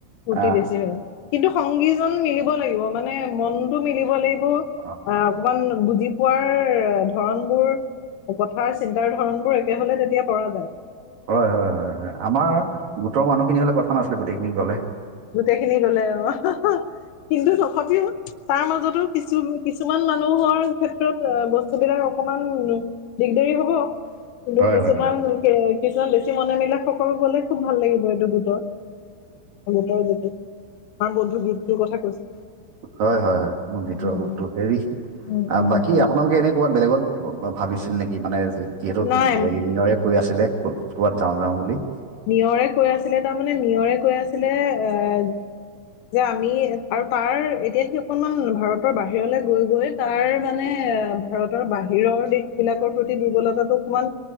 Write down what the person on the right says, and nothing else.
আহ
অ।
হয় হয় হয় হয় আমাৰ গোটৰ মানুহখিনি হলে কথা নাছিলে গোটেইখিনি গলে।
হয়
হয় হয়
হয়, হয়, হয়, মোৰ ভিতৰ
গোপটো হেৰি
বাকী
আপোনালোকে এনে কবাত বেলেগত ভাবিছিল নেকি? মানে যিহেতু
হেৰি নিয়ৰে কৈ আছিলে ক'ত ক'ৰবাত যাওঁ যাওঁ বুলি।